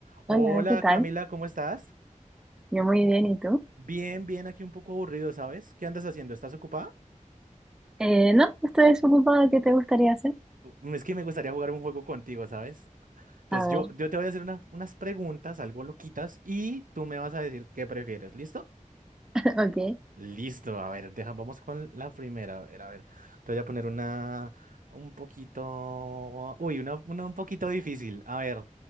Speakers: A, on the right; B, in the centre.
A: Hola
B: Hola, ¿qué tal?
A: Camila, ¿cómo estás?
B: Yo muy bien, ¿y tú?
A: Bien, bien, aquí un poco aburrido, ¿sabes? ¿Qué andas haciendo? ¿Estás ocupada?
B: Eh, no, estoy desocupada, ¿qué te gustaría hacer?
A: Mm, Es que me gustaría jugar un juego contigo, ¿sabes? Entonces
B: A ver,
A: yo, yo te voy a hacer una- unas preguntas, algo loquitas, y tú me vas a decir qué prefieres, ¿listo?
B: <laughs> ok.
A: Listo, a ver, deja, vamos con la primera, a ver, a ver, te voy a poner una un poquito, uy, una, una un poquito difícil, a ver,